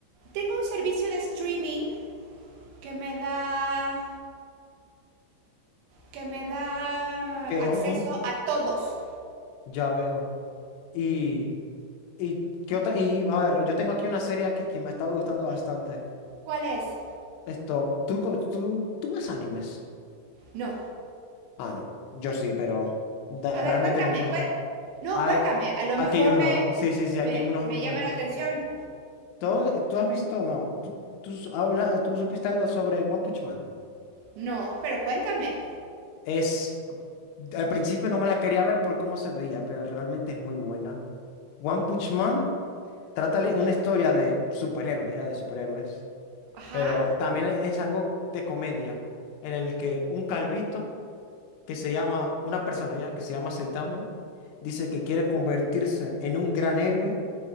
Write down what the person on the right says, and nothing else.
tengo un servicio de streaming que me da que me da
acceso
a todos.
¿Cuál es?
No.
A
ver, cuéntame.
cuen- no,
cuéntame.
A lo
mejor
me,
me,
me
llama la atención.
No, pero cuéntame.
Ajá.